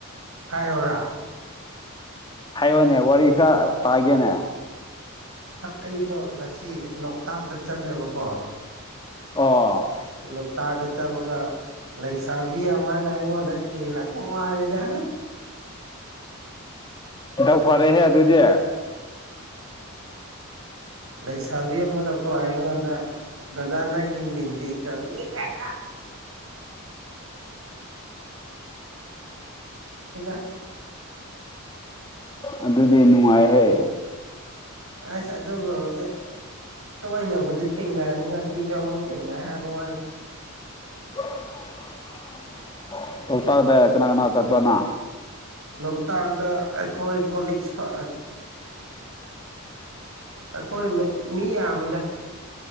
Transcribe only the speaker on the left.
ꯍꯥꯏꯌꯣꯅꯦ ꯋꯥꯔꯤ ꯈꯔ ꯄꯥꯒꯦꯅꯦ
ꯑꯣ
ꯗꯥ ꯐꯔꯦꯍꯦ ꯑꯗꯨꯗꯤ
ꯑꯗꯨꯗꯤ ꯅꯨꯡꯉꯥꯏꯍꯦ
<inaudible> ꯅꯣꯡ ꯇꯗꯦ ꯀꯅꯥ ꯀꯅꯥ ꯆꯠꯄꯅꯥ